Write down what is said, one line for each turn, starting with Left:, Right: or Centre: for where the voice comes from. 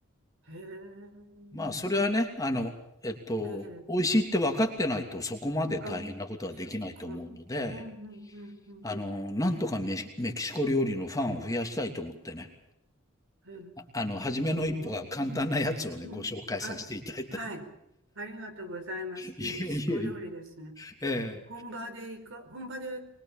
Right: へー
Left: まあ、それはね、あの、えっと、
Right: えー、
Left: 美味しいって分かってないとそこまで大変なことはできないと思うので、
Right: あ、そっか。うん、うん、うん、うん。
Left: あの、なんとかメキ、メキシコ料理のファンを増やしたいと思ってね、
Right: えー、
Left: あ、あの、初めの一歩が簡単なやつをね、
Right: あーうん。
Left: ご紹介させていただいた。
Right: あ、はい。
Left: <laughs>
Right: ありがとうございます。
Left: いえいえい
Right: メキシコ料理ですね。
Left: え。ええ
Right: え、本場でいか、本場で